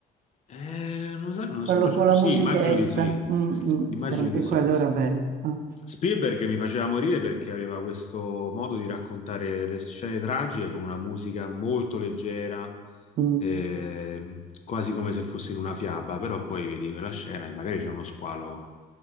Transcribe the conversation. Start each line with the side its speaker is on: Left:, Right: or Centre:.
Left: Eh, non so- non
Right: Quello
Left: sono,
Right: con la
Left: sì,
Right: musichetta,
Left: immagino di sì,
Right: Mm, mm,
Left: immagino
Right: sì, anche
Left: di sì.
Right: quello era bello. Ah,
Left: Spielberg mi faceva morire perché aveva questo modo di raccontare le scene tragiche con una musica molto leggera,
Right: mm.
Left: ehm, quasi come se fosse in una fiaba, però poi vedi quella scena e magari c'è uno squalo,